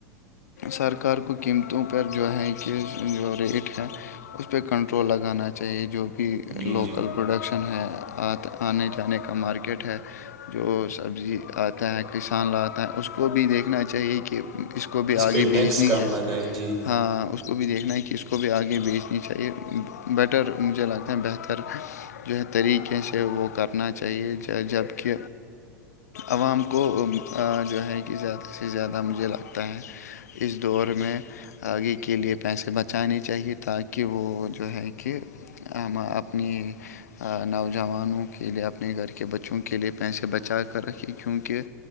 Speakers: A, on the left (about 65°); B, on the right (about 40°).
A: سرکار کو قیمتوں پر جو ہے کہ جو ریٹ ہے اس پہ کنٹرول لگانا چاہیے جو بھی
B: جی
A: لوکل
B: جی
A: پروڈکشن ہے آنے جانے کا مارکیٹ ہے جو سبزی آتا ہے کسان لاتا ہیں اس کو بھی دیکھنا چاہیے کہ اس کو بھی آگے
B: پہ
A: بھیجنی
B: ٹیکس کم
A: ہے
B: لگائے جی
A: ہاں اس کو بھی دیکھنا ہے کہ اس کو بھی آگے بیچنی چاہیے بیٹر مجھے لگتا ہے بہتر جو ہے طریقے سے وہ کرنا چاہیے جبک عوام کو جو ہے کہ زیادہ سے زیادہ مجھے لگتا ہے اس دور میں آگے کے لئے پیسے بچ پچانی چاہیے تاکہ وہ جو ہے کہ ہم اپنی نوجوانوں کے لیے اپنے گھر کے بچوں کے لیئے پیسے بچا کر رکھی کیونکہ